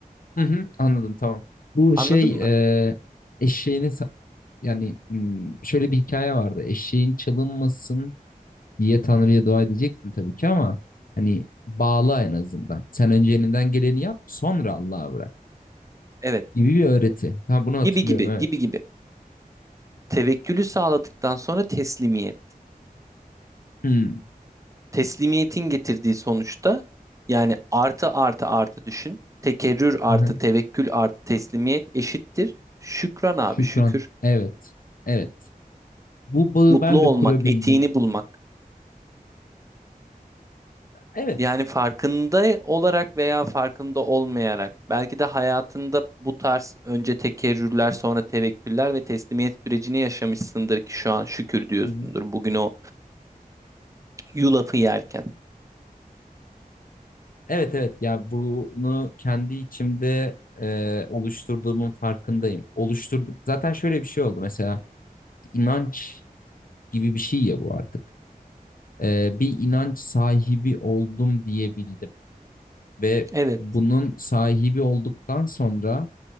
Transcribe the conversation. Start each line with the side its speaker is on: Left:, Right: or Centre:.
Left: Hı hı. Anladım tamam. Bu
Right: Anladın
Left: şey
Right: mı?
Left: e, eşeğini sa- yani hmm, şöyle bir hikaye vardı. Eşeğin çalınmasın diye Tanrı'ya dua edeceksin tabii ki ama hani bağla en azından. Sen önce elinden geleni yap sonra Allah'a bırak.
Right: Evet,
Left: gibi bir öğreti. Ha, bunu hatırlıyorum
Right: gibi gibi,
Left: evet.
Right: gibi gibi. Tevekkülü sağladıktan sonra teslimiyet.
Left: Hmm.
Right: teslimiyetin getirdiği sonuçta yani artı artı artı düşün. Tekerrür artı
Left: Aha.
Right: tevekkül artı teslimiyet eşittir. Şükran
Left: Şükran.
Right: abi şükür.
Left: Evet. Evet. Bu bağı
Right: Mutlu
Left: ben
Right: olmak,
Left: de kurabildim.
Right: etiğini bulmak.
Left: Evet.
Right: Yani farkında olarak veya farkında olmayarak belki de hayatında bu tarz önce tekerrürler sonra tevekküller ve teslimiyet sürecini yaşamışsındır ki şu an şükür diyorsundur
Left: Hı hı.
Right: bugün o yulafı yerken.
Left: Evet evet ya bunu kendi içimde e, oluşturduğumun farkındayım. Oluşturduk. Zaten şöyle bir şey oldu mesela inanç gibi bir şey ya bu artık. E, bir inanç sahibi oldum diyebildim ve
Right: Evet,
Left: bunun sahibi olduktan sonra